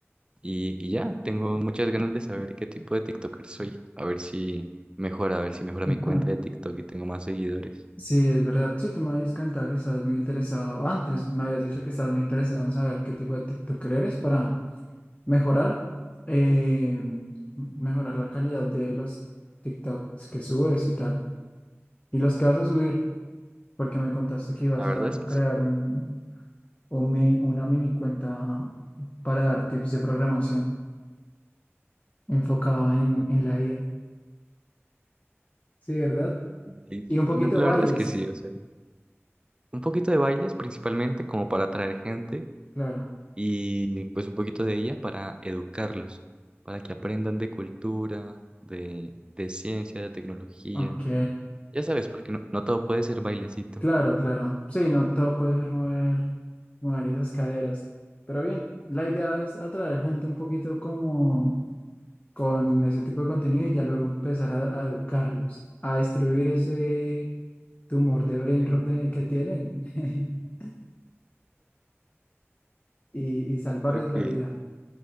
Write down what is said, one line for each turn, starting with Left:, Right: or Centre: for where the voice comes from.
Right: y, y ya, tengo muchas ganas de saber qué tipo de TikToker soy. A ver si mejora, a ver si mejora
Left: Ujú.
Right: mi cuenta
Left: <laughs>
Right: de TikTok y tengo más seguidores.
Left: Sí, es verdad. Sí, tú me habías comentado que estabas muy interesado. Antes me habías dicho que estabas muy interesado en saber qué tipo de TikToker eres para mejorar, eh, mejorar la calidad de los TikToks que subes y tal. Y los que vas a subir. porque me contaste que ibas
Right: La verdad
Left: a
Right: es que
Left: crear
Right: sí.
Left: un, un mi- una mini cuenta para dar tips de programación enfocada en,
Right: <laughs>
Left: en la IA. Sí, ¿verdad?
Right: Y-
Left: Y un poquito
Right: y no, la
Left: de bailes,
Right: verdad es que sí, o sea, un poquito de bailes principalmente como para atraer gente
Left: claro.
Right: y pues un poquito de ella para educarlos, para que aprendan de cultura, de, de ciencia, de tecnología.
Left: Ok,
Right: Ya sabes, porque no, no todo puede ser bailecito.
Left: claro, claro. Sí, no todo puede ser mover, mover esas caderas. Pero bien, la idea es atraer gente un poquito como con ese tipo de contenido y ya luego empezar a, a educarlos, a destruir ese tumor de brain
Right: <laughs>
Left: rot de- que tienen. <laughs> y, y salvarles
Right: Ok,
Left: la vida.